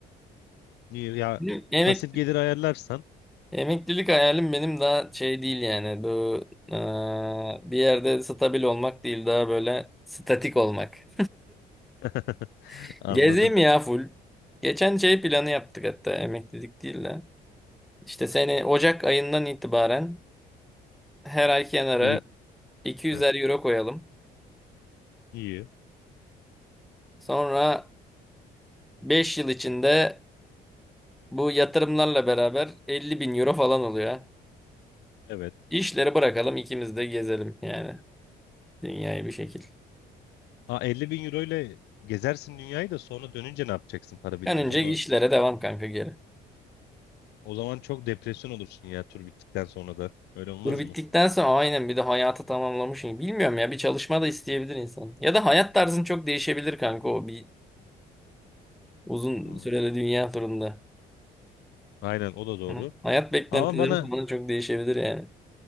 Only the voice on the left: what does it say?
İyi, Ya
pasif gelir ayarlarsan
<laughs>
anladım.
Birik
Heh,
iyi.
Evet.
Aa, 50 bin euro ile gezersin dünyayı da sonra dönünce ne yapacaksın para bitince?
Onu
o zaman çok depresyon olursun ya tur bittikten sonra da. Öyle olmaz
mı?
Hmm,
Aynen o da doğru.
Ama bana